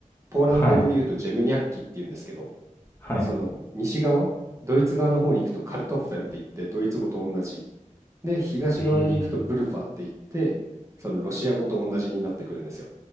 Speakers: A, on the right; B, on the left.
A: ポーランド語で言うとジェムニャッキっていうんですけど、
B: はいはい
A: その西側、ドイツ側の方に行くとカルトッフェンって言ってドイツ語と同じ。で、東側に行くとブルヴァって言って、
B: ええー
A: そのロシア語と同じになってくるんですよ。